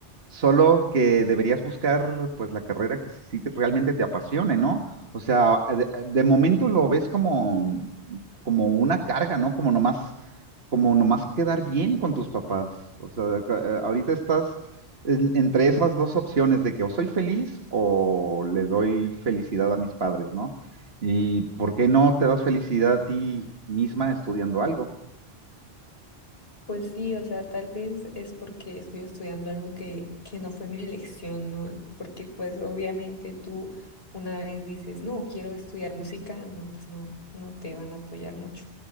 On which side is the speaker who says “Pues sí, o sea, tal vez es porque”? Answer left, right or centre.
Left